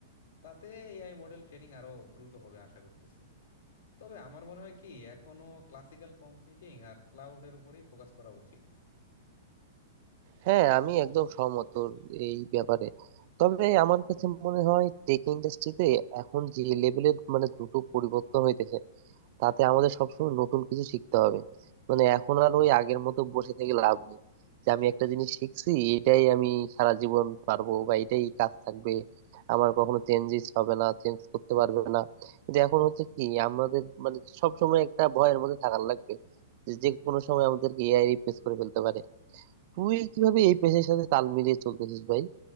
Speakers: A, on the left; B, on the right.
A: তাতে এআই মডেল ট্রেনিং আরো দ্রুত হবে আশা করতেছি তবে আমার মনে হয় কি এখনো ক্লাসিক্যাল কম্পিউটিং আর ক্লাউডের উপরেই ফোকাস করা উচিত
B: হ্যাঁ আমি একদম সহমত তোর এই ব্যাপারে তবে আমার কাছে মনে হয় টেক ইন্ডাস্ট্রিতে এখন যে লেভেলের মানে দ্রুত পরিবর্তন হইতেছে তাতে আমাদের সবসময় নতুন কিছু শিখতে হবে মানে এখন আর ওই আগের মতো বসে থেকে লাভ নেই যে আমি একটা জিনিস শিখছি এটাই আমি সারা জীবন পারবো বা এটাই কাজ থাকবে আমার কখনো চেঞ্জেস হবে না চেঞ্জ করতে পারবে না কিন্তু এখন হচ্ছে কি আমাদের মানে সবসময় একটা ভয়ের মধ্যে থাকার লাগবে যে যে কোনো সময় আমাদেরকে এআই রিপ্লেস করে ফেলতে পারে তুই কিভাবে এই পেশার সাথে তাল মিলিয়ে চলতেছিস ভাই